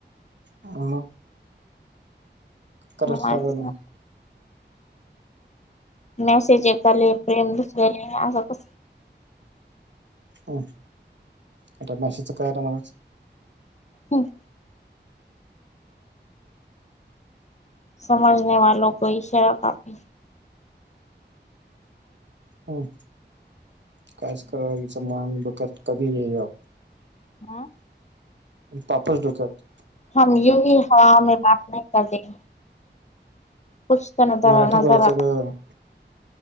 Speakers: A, on the right; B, on the left.
A: हो मंग. करावंच
B: मेसेज
A: लागल.
B: मेसेज एकाले, प्रेम दुसराले, असं कस?
A: ह्म, आता मेसेजचं काय आलं म्हणायचं?
B: हम्. समजने वालो को इशारा काफी
A: हम, काईस कळण <unintelligible> मान डोक्यात कधी ये.
B: हा.
A: पापच डोक्यात
B: हम युही हवा मे बात नही करते. कुछ तर नजर
A: मराठीत
B: नजर
A: बोलायचं गं.